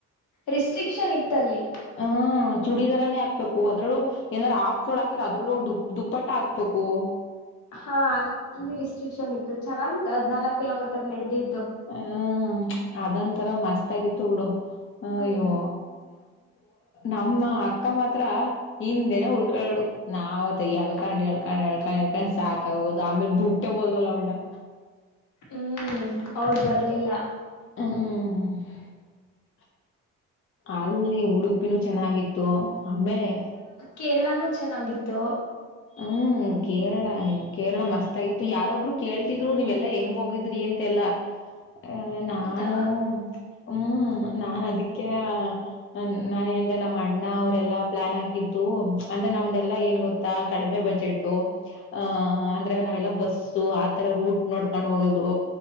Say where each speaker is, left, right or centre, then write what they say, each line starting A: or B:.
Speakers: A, on the left (about 75°); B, on the left (about 45°).
A: ರಿಸ್ಟ್ರಿಕ್ಶನ್ ಇತ್ತ ಅಲ್ಲೀ.
B: ಹ್ಮ್ಮ್ ಚೂಡಿದಾರನೇ ಹಾಕಬೇಕು ಅದುರಳಗು ಏನ ಅರ ಹಫಾ ತೋಳ ಹಾಕಿದ್ರ ಅದರೊಳಗೂ ದು ದುಪ್ಪಟ್ಟ ಹಾಕಬೇಕು.
A: ಹಾ <inaudible> <unintelligible> ಚೆನ್ನಾಗಿತ್ತು ಹದಿನಾಲ್ಕು ಕಿಲೊಮಿಟರ್ ನಡೆದಿ
B: ಹಾ ಅದ ಒಂಥರ ಮಸ್ತಾಗಿತ್ತು ಬಿಡು ಅಯ್ಯೋ
A: ಹ್ಮ್
B: ನಮ್ಮ <unintelligible> ಅಕ್ಕಾ ಮಾತ್ರ ಹಿಂದೇನೆ ಉಳಕೋ <unintelligible> ನಾವ ಅದಾತಾಗೆ ಎಳ್ಕೊಂಡ - ಎಳಕೊಂಡ-ಎಳಕೊಂಡ- ಎಳಕೊಂಡ ಸಾಕ ಆಗಿ ಹೋಗೋದು ಆಮೇಲೆ ಬಿಟ್ಟೆ ಹೋದೆವಲ್ಲ ಅವಳನ್ನ.
A: ಹ್ಮ್ಮ್ ಅವರ ಬರ್ಲಿಲ್ಲ.
B: <unintelligible> ಅಲ್ಲಿ ಉಡುಪಿನು ಚೆನ್ನಾಗಿ ಇತು ಆಮೇಲೆ
A: ಕೇರಳನು ಚೆನ್ನಾಗಿತ್ತು
B: ಹ್ಮ್ಮ್ ಕೇರಳ ಅಯ್ಯೊ ಕೇರಳ ಮಸ್ತ ಅಗಿ ಇತ್ತು ಯಾರೋ ಒಬ್ರು ಕೇಳ್ತಿದ್ದು ನೀವೆಲ್ಲ ಹೇಗೆ ಹೋಗಿದ್ರಿ ಅಂತ ಯಲಾ ಹ ನಾನು
A: ಹೌದಾ
B: ಹ್ಮ್ಮ್ ನಾನ ಅದೇಕ- <unintelligible> ನಾನ್ ಅಂದೆ ನಮ್ಮಣ್ಣ ಅವರ ಎಲ್ಲಾ ಪ್ಲಾನ್ ಹಾಕಿದ್ದು ಅಂದ್ರೆ ನಮ್ದೆಲ್ಲ ಏನು ಗೊತ್ತ ಕಡಿಮೆ ಬಜೆಟ್ಟು ಆ ಅಂತ ನಾವೆಲ್ಲ ಬಸ್ಸು ಆತರ ರೂಟ್ ನೋಡಿಕೊಂಡು ಹೋಗೋದು